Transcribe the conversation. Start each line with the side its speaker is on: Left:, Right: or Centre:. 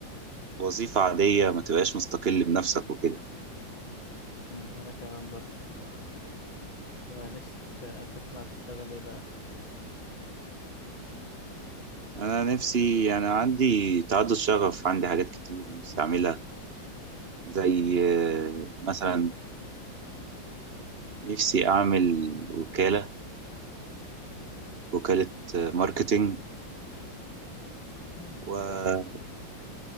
Right: وظيفه عاديه ما تبقاش مستقل بنفسك وكده
Left: امم وانا كمان برضو و... ونفسك آه، تطلع تشتغل ايه بقى
Right: انا نفسي يعني عندي تعدد شغف عندي حاجات كتير نفسي اعملها زي آه، مثلا نفسي أعمل وكالة وكالة آه، ماركتينج
Left: امم
Right: ونفسي
Left: كويس